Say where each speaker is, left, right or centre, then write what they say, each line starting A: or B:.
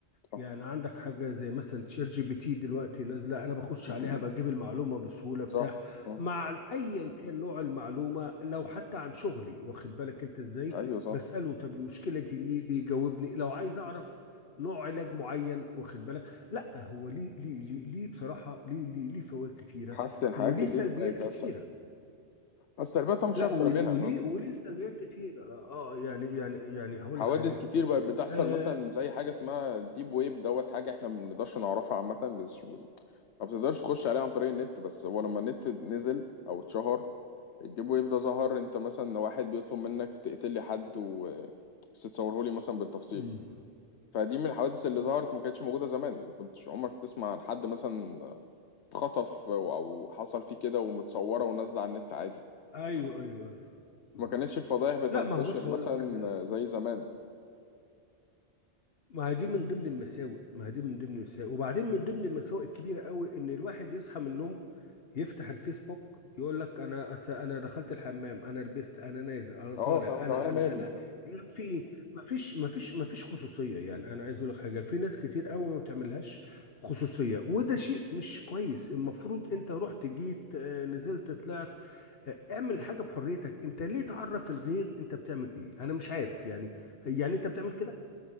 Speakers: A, on the left (about 75°); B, on the left (about 60°).
A: صح
B: يعني عندك حاجة زي مثلا شير جي بي تي دلوقتي نازلة أنا بخش
A: <clears throat>
B: عليها بجيب المعلومة بسهولة بتاع
A: صح. آه.
B: مع أيا كان نوع المعلومة لو حتى عن شغلي واخد بالك أنت إزاي
A: ايوه صح
B: بسأله طب المشكلة دي ليه بيجاوبني لو عايز أعرف نوع علاج معين واخد بالك لا هو ليه ليه ليه, ليه بصراحة ليه ليه ليه فوائد كتيرة
A: حاسس ان حاجات
B: وليه
A: كتير
B: سلبيات
A: بقت
B: كتيرة
A: اسهل بس السلبيات مش
B: لا
A: اكتر
B: ول-
A: منها
B: وليه وليه سلبيات كتيرة اه آه، يعني يعني يعني هقول
A: حوادث
B: لك حاجة
A: كتير بقت بتحصل
B: آه
A: مثلا زي حاجة اسمها ديب ويب دوت حاجة احنا ما بنقدرش نعرفها عامة مش مش- ما بتقدرش تخش عليها عن طريق النت بس هو لما النت نزل او اتشهر الديب ويب ده ظهر انت مثلا واحد بيطلب منك تقتل لي حد و بس تصوره لي مثلا بالتفصيل
B: مم.
A: فدي من الحوادث اللي ظهرت ما كانتش موجودة زمان ما كنتش عمرك تسمع عن حد مثلا اتخطف او أو حصل فيه كده ومتصورة ونازلة على النت عادي
B: ايوه ايوه أيوه. م-
A: ما كانتش
B: م.
A: الفضائح بتنتشر
B: لا ما هو بص
A: مثلا
B: هقول لك حاجه
A: زي زمان
B: ما هي دي من ضمن المساوئ ما هي دي من ضمن المساوئ وبعدين من ضمن المساوئ الكبيرة قوي ان الواحد يصحى من النوم يفتح الفيسبوك يقول لك انا أس... انا دخلت الحمام انا لبست انا نازل انا طالع
A: اه فاهم
B: انا
A: طب انا مالي
B: انا انا يعني في ما فيش ما فيش ما فيش خصوصية يعني انا عايز اقول لك حاجة في ناس كتير قوي ما بتعملهاش خصوصية وده شيء مش كويس المفروض انت رحت جيت آه، نزلت طلعت آه، اعمل حاجة بحريتك انت ليه تعرف الغير انت بتعمل ايه انا مش عارف يعني يعني انت بتعمل كده